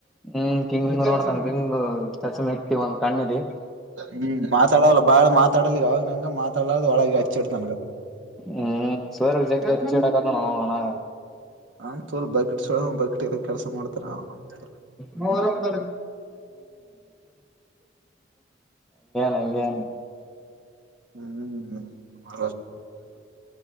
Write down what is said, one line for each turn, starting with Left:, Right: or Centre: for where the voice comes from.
Centre: ಹ್ಮ್ ಕಿಂಗ್ ನೋಡ್ತ ಕಿಂಗ್ ಚಚಮ ಒಂದು ಕಣ್ಣಲ್ಲಿ
Right: ಹ್ಮ್ ಮಾತಾಡವಲ್ಲ ಬಾಳ ಮಾತಾಡಲ್ಲ ಈಗ ಅವಾಗ ನಂಗ ಮಾತಾಡಲಾರ್ದ ಒಳಗೆ ಹಚ್ಚಿಡ್ ನನ್ಗ
Centre: ಹ್ಮ್ ಸೋರಲ್ ಜೆಡಕತಾನ ಹಣಾ
Right: ಹ ಚೋಲ್ ಬಕಟ್ ಸ ಬಕೆಟ್ ಕೆಲಸ ಮಾಡ್ತಾರ ಹ್ಮ್
Centre: <inaudible> ನಗೆನು
Right: ಹ್ಮ್ <unintelligible>